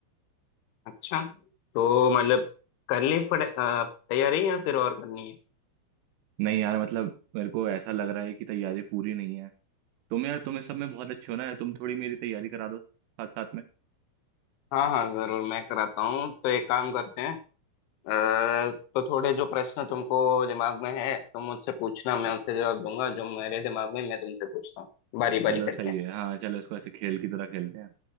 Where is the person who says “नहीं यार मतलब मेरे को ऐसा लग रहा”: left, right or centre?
Right